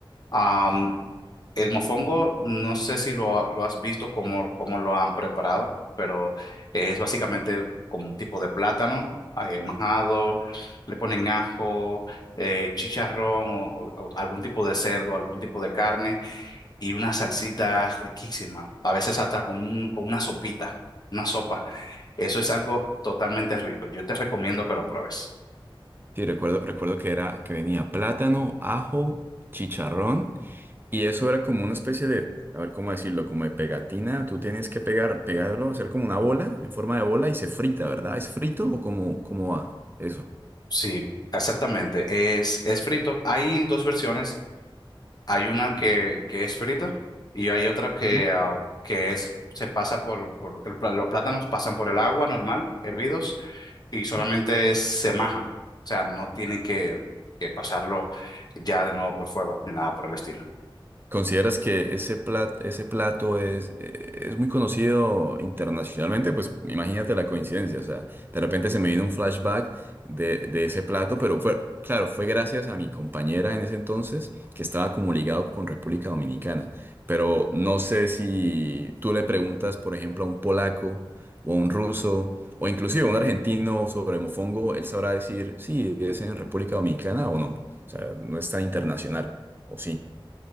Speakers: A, on the left; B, on the right.
A: Am, el mofongo, no sé si lo, ha- lo has visto cómo, cómo lo han preparado, pero es básicamente como un tipo de plátano eh, majado, le ponen ajo, eh, chicharrón o o- o algún tipo de cerdo, algún tipo de carne y una salsita riquísima, a veces hasta con, un- con una sopita, una sopa. Eso es algo totalmente rico. Yo te recomiendo que lo pruebes.
B: Sí, recuerdo, recuerdo que era que venía plátano, ajo, chicharrón. Y eso era como una especie de, a ver cómo decirlo, como de pegatina. Tú tenías que pegar, pegarlo, hacer como una bola, en forma de bola, y se frita, ¿verdad? ¿Es frito o cómo, cómo va eso?
A: Sí, exactamente. Es, es frito. Hay dos versiones. Hay una que, que es frita y hay otra que,
B: Ujú.
A: ah, que es, se pasa por, por el pla- los plátanos pasan por el agua normal, hervidos, y solamente
B: Sí.
A: se majan. O sea, no tiene que, que pasarlo ya de nuevo por fuego ni nada por el estilo.
B: ¿Consideras que ese plat- ese plato es, eh, es muy conocido internacionalmente? Pues imagínate la coincidencia, o sea, de repente se me vino un flashback de, de ese plato, pero fue, claro, fue gracias a mi compañera en ese entonces que estaba como ligado con República Dominicana, pero no sé si tú le preguntas, por ejemplo, a un polaco o a un ruso o inclusive a un argentino sobre mofongo, él sabrá decir si es en República Dominicana o no, o sea, no está internacional, o sí.